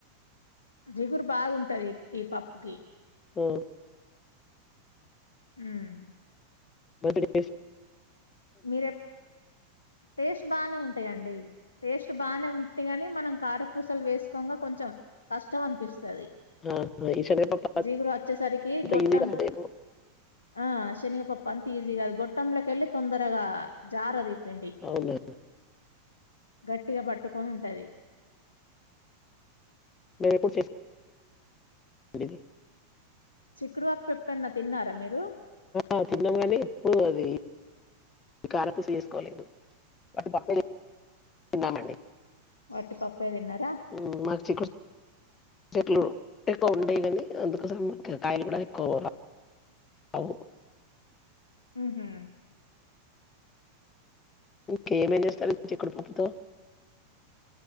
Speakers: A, on the left; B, on the left.
A: జిగురు బాగుంటది ఈ పప్పుకి
B: పో
A: హ్మ్
B: బర్త్డే స్
A: మీర ఎప టేస్ట్ బానే ఉం ఉంటాయండి టేస్ట్ బాగానే ఉంటే గాని మనం కారపూసలు వేసుకోగా కొంచెం కష్టం అనిపిస్తుంది
B: ఆ ఈ శనగపప్పు
A: జీగురు వచ్చేసరికి
B: అంత
A: గొట్టం
B: ఈజీ కాదేమో
A: ఆ శనిగ ప అంత ఈజీగాదు గొట్టమ్ంలో కివెళ్ళ తే తొందరగా జార దీప్ భిండి
B: అవునా
A: గట్టిగా పట్టుకొని ఉంటది
B: మేపు <unintelligible>
A: చిక్కుడువాప్పు ఎప్పున్నా తిన్నారా మీరు
B: ఆ తిన్నాగానే ఎప్పుడు అది కాలపుసి చేసుకోలే బట్ పాపే తన్నామండి
A: వాటి పప్పే తిన్నారా
B: ఉమ్, మాకు చిక్కుడు చెట్లు ఎక్కువ ఉండయి కానీ అందుకోస మకు కాయలు కూడా ఎక్కువ రావు
A: మ్ హు
B: ఓకే ఏమే తలచ ఇక్కడ పప్పుతో